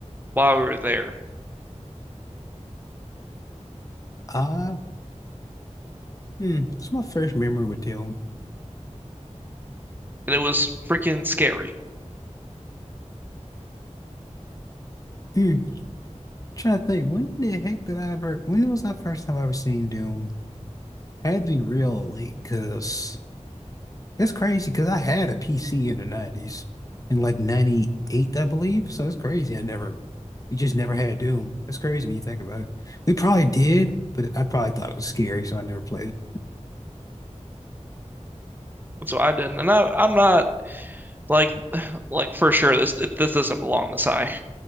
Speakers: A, on the right; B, on the left.
A: while we were there,
B: Ah, hmm. It's my first memory with Doom.
A: and it was freaking scary.
B: Mm-hmm. Trying to think, when the heck did I ever, when was the first time I ever seen Doom? Had to be real late, because it's crazy, because I had a PC in the 90s, in like 98, I believe. So it's crazy. I never, we just never had Doom. It's crazy when you think about it. We probably did, but I probably thought it was scary, so I never played it.
A: So I didn't, and I I'm not like <sighs> like for sure this this doesn't belong this high.